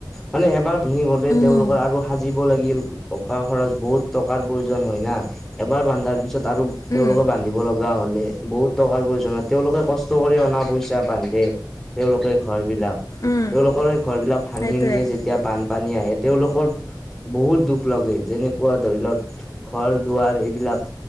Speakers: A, in the centre; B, on the left.
A: মানে এবাৰ ভাঙি গ'লে
B: উম
A: তেওঁলোকৰ আৰু সাজিব লাগিল টকা খৰচ বহুত টকাৰ প্ৰয়োজন হয় না। এবাৰ বান্ধাৰ পিছত আৰু তেওঁওলোকে
B: উম
A: বান্ধিব লগ গা হ'লে বহুত টকাৰ প্ৰয়োজন হয়। তেওঁলোকে কষ্ট কৰি অনা পইচা বান্ধে তেওঁলোকে ঘৰ বিলাক,
B: উম
A: তেওঁলোকৰ এই ঘৰ বিলাক ভাঙি
B: সেইটোৱে
A: নিয়ে যেতিয়া তিয়া বানপানী আহে তেওঁলোকৰ বহুত দুখ লাগে। যেনেকুৱা ধৰি লওঁক ঘৰ দুৱাৰ এইবিলাক